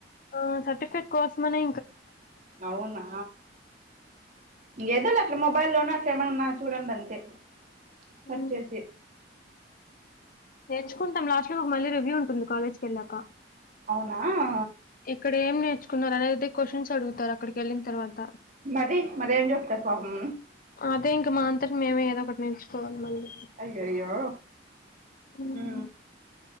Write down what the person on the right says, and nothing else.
అవునా ఎదలా మొబైల్లో అ ఏమన్నా చూడండి అంతే సర్చ్
చేసి
అవునా ఆ
మది మరి ఏం చెప్తారు పాపం
అయ్యయ్యో
ఉ